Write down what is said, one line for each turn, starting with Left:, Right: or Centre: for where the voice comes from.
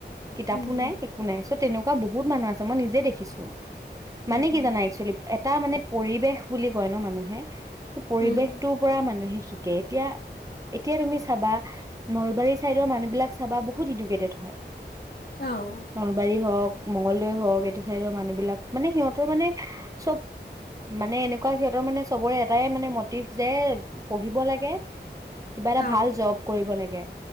Right: কিতাপো
Left: উম,
Right: নাই
Left: উম,
Right: একো নাই চব তেনেকুৱা বহুত মানুহ আছে, মই নিজে দেখিছো
Left: উম,
Right: মানে
Left: উম,
Right: কি জানা একচোৱেলি তাৰ মানে পৰিবেশ বুলি কয় ন মানুহে চ' পৰিৱেশটোৰ
Left: উম
Right: পৰা মানুহে শিকে এতিয়া, এতিয়া তুমি চাবা নলবাৰী চাইডৰ মানুহ বিলাক চাবা বহুত ইডুকেডেত হয়
Left: অ',
Right: নলবাৰী হওক মংগলদৈ হওক এইটো চাইদৰ মানুহ বিলাক, মানে সিহঁতৰ মানে চব, মানে এনেকুৱা সিহঁতৰ মানে চবৰে এটাই মানে মটিভ যে পঢ়িব লাগে কিবা এটা
Left: অ'।
Right: ভাল জব কৰিব লাগে